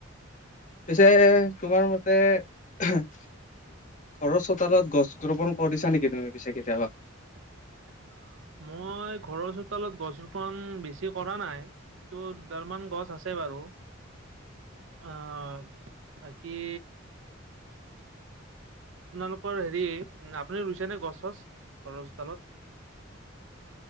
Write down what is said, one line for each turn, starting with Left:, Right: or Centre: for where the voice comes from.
Left: পিছে তোমাৰ মতে ঘৰৰ চোতালত গছ ৰোপন কৰিছা নেকি তুমি পিছে কেতিয়াবা?
Right: <unintelligible> মই ঘৰৰ চোতালত গছ ৰোপন বেছি কৰা নাই, কিন্তু দুডালমান গছ আছে বাৰু, অহ বাকী আপোনালোকৰ হেৰি আপুনি ৰুইছেনে গছ- চছ বৰগছডালত? <inaudible>